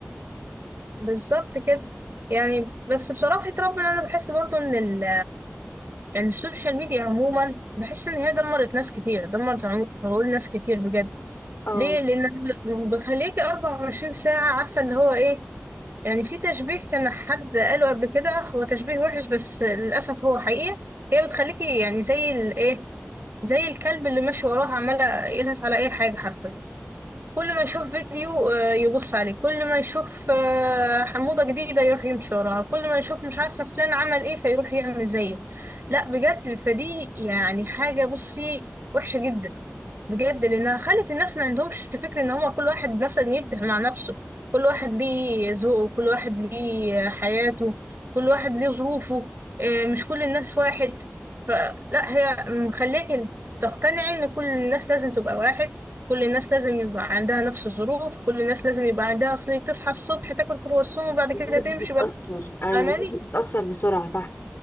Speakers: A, on the right; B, on the left.
A: بالظبط كده يعني بس بصراحة ربنا أنا بحس برضو إن ال يعني السوشيال ميديا عموما بحس إن هي دمرت ناس كتير دمرت عمو- عقول ناس كتير بجد
B: اه
A: ليه؟ لأن بخليكي 24 ساعة عارفة اللي هو إيه يعني في تشبيه كان حد قاله قبل كده هو تشبيه وحش بس للأسف هو حقيقة هي بتخليكي يعني زي الإيه زي الكلب اللي ماشي وراه عمالة يلهث على أي حاجة حرفيا كل ما يشوف فيديو آه، يبص عليه كل ما يشوف آه، حموضة جديدة يروح يمشي وراها كل ما يشوف مش عارفة فلان عمل ايه فيروح يعمل زيه لا بجد فدي يعني حاجة بصي وحشة جدا بجد لانها خلت الناس ما عندهمش فكرة ان هو كل واحد مثلا يبدع مع نفسه كل واحد ليه ذوقه كل واحد ليه حياته كل واحد ليه ظروفه آه، مش كل الناس واحد فلا هي مخليك تقتنعي ان كل الناس لازم تبقى واحد كل الناس لازم يبقى عندها نفس الظروف كل الناس لازم يبقى عندها اصل تصحى الصبح تاكل كرواسون وبعد كده
B: الناس
A: تمشي
B: بتتأثر
A: بعد
B: أيوة
A: فاهماني
B: الناس بتتأثر بسرعة صح